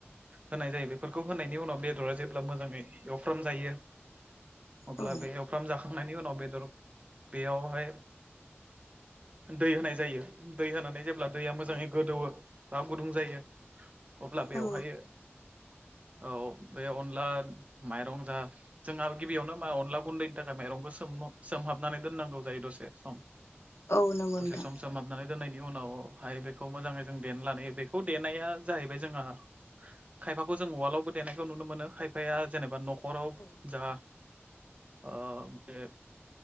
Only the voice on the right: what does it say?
होनाय जायो बेफोरखौ होनायनि उनाव बेदरा जेब्ला मोजाङै एवफ्राम जायो अब्ला
बे एवफ्रामजाखांनायनि उनाव बेदर बेयावहाय दै होनाय जायो दै होनानै जेब्ला दैया मोजाङै
गोदौवो बा गुदुं जायो अब्ला बेवहाय
औ बे अनला माइरं जा जोंहा गिबियावनो मा अनला गुन्दैनि थाखाय माइरंखौ सोम-सोमहाबनानै दोननांगौ जायो दसे सम
दसे
सम सोम सोमहाबनानै दोननायनि उनावहाय बेखौ मोजाङै जों देना लायो बेखौ देनाया जाहैबाय जोंहा खायफाखौ जों उवालावबो देनायखौ नुनो मोनो खायफाया जेनेबा नखराव
जा ओ बे